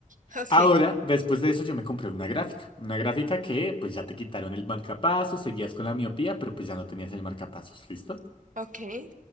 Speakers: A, on the right (about 65°); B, on the left (about 35°).
A: <laughs> Ok,
B: Ahora, después de eso, yo me compré una gráfica. Una gráfica que, pues ya te quitaron el marcapasos, seguías con la miopía, pero pues ya no tenías el marcapasos, ¿listo?
A: ok.